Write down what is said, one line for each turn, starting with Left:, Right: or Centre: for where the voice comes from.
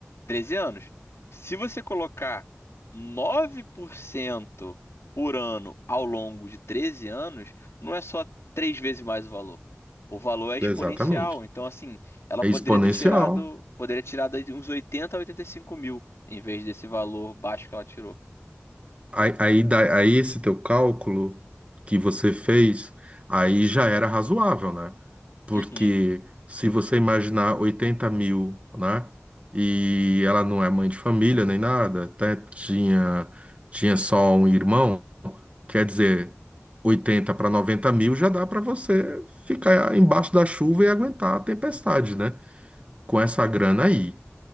Left: 13 anos. Se você colocar nove por cento por ano ao longo de 13 anos, não é só três vezes mais o valor. O valor é exponencial.
Right: exatamente.
Left: Então, assim, ela
Right: É
Left: poderia
Right: exponencial.
Left: ter tirado, poderia ter tirado aí de uns 80 a 85 mil, em vez desse valor baixo que ela tirou.
Right: Aí, aí, dá- aí esse teu cálculo que você fez, aí já era razoável, né? Porque
Left: Uhum.
Right: se você imaginar oitenta mil, né? E ela não é mãe de família nem nada, até tinha, tinha só um irmão, quer dizer, 80 para noventa mil já dá para você ficar embaixo da chuva e aguentar a tempestade, né? Com essa grana aí.